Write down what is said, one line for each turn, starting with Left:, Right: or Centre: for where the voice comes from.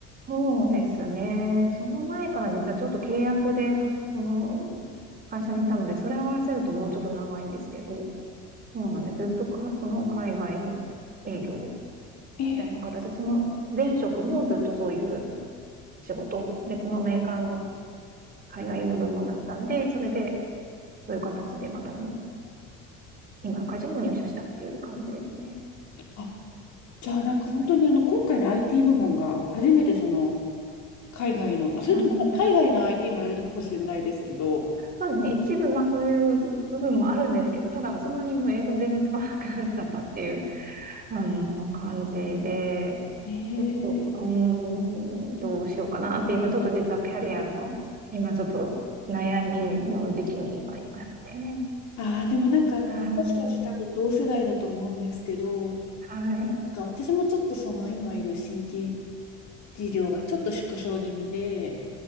Right: そうですね。その前から実はちょっと契約で、その会社にいたので、それを合わせるともうちょっと長いんですけど、そうなんです。ずっとか、
Left: うん
Right: その海外営業
Left: えー
Right: みたいな形で、その前職もずっとそういう仕事、別のメーカーの海外営業部門だったんで、それでそういう形でまたに今の会社にも入社したっていう感じですね。
Left: あ、じゃあなんか本当にあの、
Right: はい。
Left: 今回の IT 部門が初めてその、海外の、あ、それとも海外の
Right: なんで、
Left: IT もやるのかもしれないですけど、
Right: そうですね。一部、まあそういう部分もあるんですけど、ただもうそんなにもう英語全然使わなくなっちゃったっていう、あの、感じで、
Left: えー、
Right: ちょっと、うーん、どうしようかなって、今ちょっと実はキャリアの、今ちょっと悩みの時期に今いますね。
Left: あー、でもなんかあの、
Right: はーい。
Left: 私たち多分同世代だと思うんですけど、
Right: はい。
Left: なんか私もちょっとその今いる新規事業がちょっと縮小気味で、